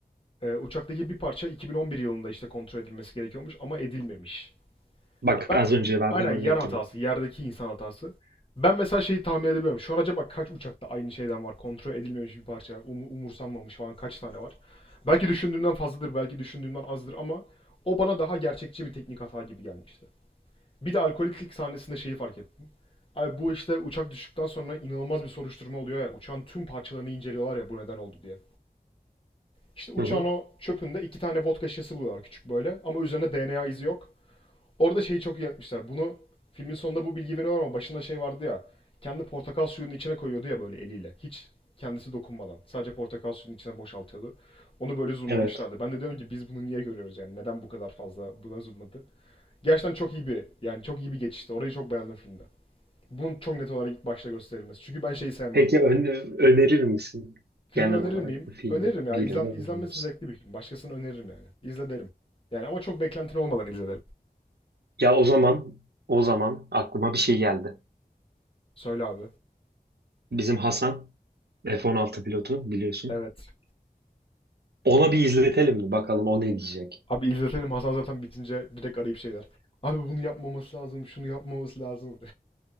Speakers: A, on the left; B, on the right.
A: e, uçaktaki bir parça 2011 yılında işte kontrol edilmesi gerekiyormuş ama edilmemiş.
B: Bak
A: Ben
B: az önce verdiğim
A: aynen
B: örnek
A: yer hatası,
B: gibi.
A: yerdeki insan hatası. Ben mesela şeyi tahmin edebiliyorum. Şu an acaba kaç uçakta aynı şeyden var? Kontrol edilmemiş bir parça, umu- umursanmamış falan kaç tane var? Belki düşündüğümden fazladır, belki düşündüğümden azdır ama o bana daha gerçekçi bir teknik hata gibi gelmişti. Bir de alkoliklik sahnesinde şeyi fark ettim. Abi bu işte uçak düştükten sonra inanılmaz bir soruşturma oluyor ya. Uçağın tüm parçalarını inceliyorlar ya bu neden oldu diye. İşte uçağın
B: Hı hı.
A: o çöpünde iki tane vodka şişesi buluyorlar küçük böyle ama üzerine DNA izi yok. Orada şeyi çok iyi yapmışlar. Bunu filmin sonunda bu bilgi veriyor ama başında şey vardı ya. Kendi portakal suyunun içine koyuyordu ya böyle eliyle. Hiç kendisi dokunmadan. Sadece portakal suyunun içine boşaltıyordu. Onu böyle zoomlamışlardı.
B: Evet.
A: Ben de diyorum ki biz bunu niye görüyoruz yani? Neden bu kadar fazla buna zoomladı? Gerçekten çok iyi bir yani çok iyi bir geçişti. Orayı çok beğendim filmde. Bunun çok net olarak ilk başta gösterilmesi. Çünkü ben şeyi sevmem.
B: Peki ön- önerir misin
A: Filmi
B: genel
A: önerir
B: olarak
A: miyim?
B: bu filmi
A: Öneririm ya.
B: birine
A: İzlen,
B: önerir
A: izlenmesi
B: misin?
A: zevkli bir film. Başkasına öneririm yani. İzle derim. Yani ama çok beklentin olmadan izle derim.
B: Ya o zaman o zaman aklıma bir şey geldi.
A: Söyle abi.
B: Bizim Hasan F-16 pilotu biliyorsun.
A: Evet.
B: Ona bir izletelim mi bakalım o ne diyecek?
A: Abi izletelim Hasan zaten bitince direkt arayıp şeyler. Abi bunu yapmaması lazım, şunu yapmaması lazım.